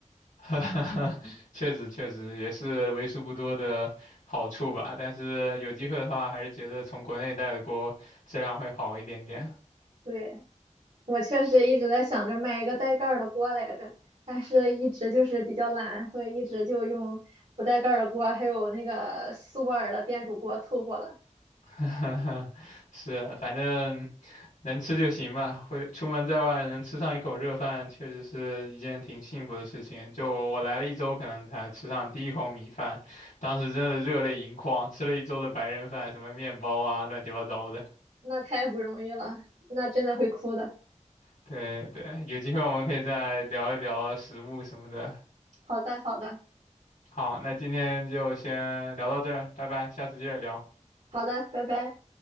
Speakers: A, on the left; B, on the right.
A: <laughs> 确实确实也是为数不多的好处吧，但是有机会的话，还是觉得从国内带的锅质量会好一点点。
B: 对，我确实一直在想着买一个带盖儿的锅来着，但是一直就是比较懒，所以一直就用不带盖儿的锅，还有那个苏泊尔的电煮锅凑合了。
A: <laughs> 是，反正能吃就行嘛。会出门在外能吃上一口热饭，确实是一件挺幸福的事情。就我来了一周，可能才吃上第一口米饭，当时真的热泪盈眶，吃了一周的白人饭，什么面包啊，乱七八糟的。
B: 那太不容易了，那真的会哭的。
A: 对对，有机会我们可以再聊一聊食物什么的。
B: 好的，好的，
A: 好，那今天就先聊到这儿，拜拜，下次接着聊。
B: 好的，拜拜。